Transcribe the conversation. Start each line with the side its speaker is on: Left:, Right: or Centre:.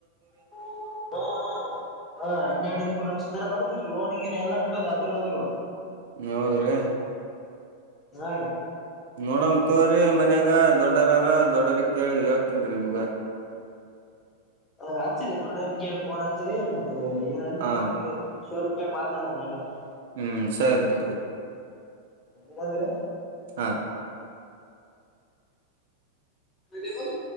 Left: ಹ್ಮ ಹಾ ಹಾ ಹನ್ನೆರಡು ಐದ್ ಮೂರು ಲಕ್ಷ ತರ ಬರುತ್- - ಲೋನ್ ಗಿನ್ ಏನ್ ಎಲ್ಲಾ <unintelligible> ಆದ್ ದೊದ್ರು
Right: ಹೌದ್ರೀ
Left: ಹಾ ರೀ
Right: ನೋಡ ನ್ ತೋಗರಿ ಮನ್ಯಾಗ ದೊಡ್ಡರರ ದೊಡ್ಡರಿ ಕೇಳಿ ಹೇಳ್ತನ್ ನಿಮ್ಗ್-
Left: ಹಚ್ರಿ ದೊಡರ್ ಕೇಳ್ ಪೋನ್ ಹಚ್ರಿ ಮತ್ತೆ ಏನ ಅಂದ್ರೆ
Right: ಹಾ
Left: ಹೊಗಿ
Right: ರೀ
Left: <unintelligible> ಮಾತಾಡನ ಎಲ್ಲಾ ರ್
Right: ಹ್ಮ್ ಸರಿ ತೋ
Left: ಏನಂದ್ರಿ
Right: ಹ
Left: ಮವದು